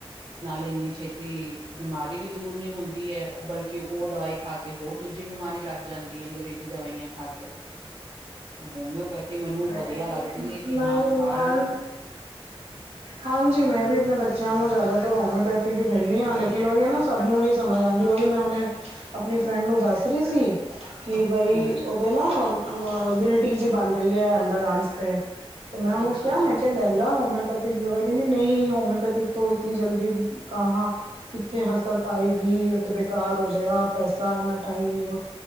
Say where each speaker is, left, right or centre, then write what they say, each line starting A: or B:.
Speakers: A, on the right; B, on the right.
A: ਨਾਲੇ ਇੰਨੀ ਛੇਤੀ ਬਿਮਾਰੀ ਵੀ ਦੂਰ ਨੀ ਹੁੰਦੀ ਹੈ ਉਹ ਬਲਕਿ ਕਿ ਉਹ ਦਵਾਈ ਖਾ ਕੇ ਹੋਰ ਦੂਜੀ ਬਿਮਾਰੀ ਲੱਗ ਜਾਂਦੀ ਹੈ ਅੰਗਰੇਜ਼ੀ ਦਵਾਈਆਂ ਖਾ ਕੇ ਹੋਮਿਓਪੈਥੀ। ਮੈਨੂੰ
B: ਮੈਂ
A: ਵਧੀਆ ਲੱਗਦੀ ਹੈ ਕਿ ਹਾਂ ਖਾ
B: ਮਾਂ
A: ਲੋ
B: ਹਾਂਜੀ ਮੈਂ ਵੀ ਆਪਣੇ ਬੱਚਿਆਂ ਨੂੰ ਜ਼ਿਆਦਾ ਰਮਿਓਪੈਥੀ ਹੀ ਦਿੰਦੀ ਹਾਂ ਲੇਕਿਨ ਉਹੀ ਹੈ ਨਾ ਸਭ ਨੂੰ ਨਹੀਂ ਸਮਝ ਆਉਂਦੀ ਉਹੀ ਮੈਂ ਉਹਨੇ ਆਪਣੀ ਫਰੈਂਡ ਨੂੰ ਦੱਸ <unintelligible> ਕਿ ਬਈ
A: ਹਾਂਜੀ
B: ਉਹਦੇ ਨਾ ਗਿਲਟੀ ਜਿਹੀ ਬਣ ਰਹੀ ਹੈ ਅੰਡਰ ਆਰਮਸ ਤੇ ਤੇ ਮੈਂ ਉਹਨੂੰ
A: ਅੱਛਾ
B: ਕਿਹਾ ਮੈਂ
A: ਜੀ
B: ਕਿਹਾ ਲੈ ਲਾ ਪੈਥੀਕ ਦਵਾਈ ਕਹਿੰਦੀ ਨਹੀਂ ਹੋਮਿਓਪੈਥਿਕ ਤੋਂ ਇਤਨੀ ਜਲਦੀ ਕਹਾਂ ਕਿੱਥੇ ਅਸਰ ਪਾਏਗੀ ਉਥੇ ਬੇਕਾਰ ਹੋ ਜਾਏਗਾ ਪੈਸਾ ਇੰਨਾ ਟਾਈਮ ਨੀ